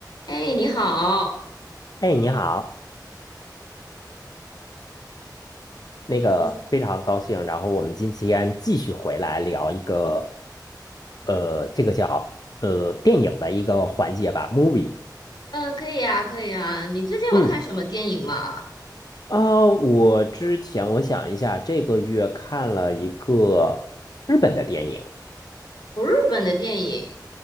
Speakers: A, on the left (about 75°); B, on the left (about 60°).
A: 哎，你好，
B: 哎，你好，那个非常高兴，
A: 你
B: 然后我们今天继续回来聊一个，呃，这个叫呃电影的一个环节吧，movie。
A: 嗯、呃可以啊，可以啊。你最近有看什么电影吗？
B: 嗯啊，我之前我想一下，这个月看了一个日本的电影，
A: 我日本的电影，